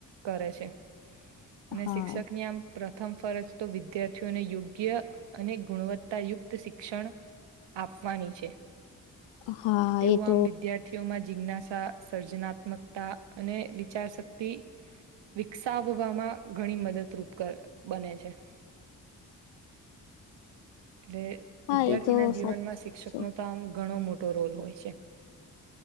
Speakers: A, on the right; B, on the left.
A: કરે છે. અને
B: હા
A: શિક્ષક ની આમ પ્રથમ ફરજ તો વિદ્યાર્થીઓને યોગ્ય. અને ગુણવત્તાયુક્ત શિક્ષણ આપવાની છે.
B: હા
A: તેવું
B: એ તો
A: આમ વિદ્યાર્થીઓમાં. જિજ્ઞાસા સર્જનાત્મકતા અને વિચાર શક્તિ. વિકસાવવામાં ઘણી મદદરૂપ બને છે. <inaudible> <inaudible> એટલે
B: હા
A: વિદ્યાર્થી
B: એ તો
A: ના જીવન
B: સાચી
A: માં
B: વાત
A: શિક્ષક
B: છે
A: ન તો આમ ઘણો મોટો. મોટ રોલ હોય છે.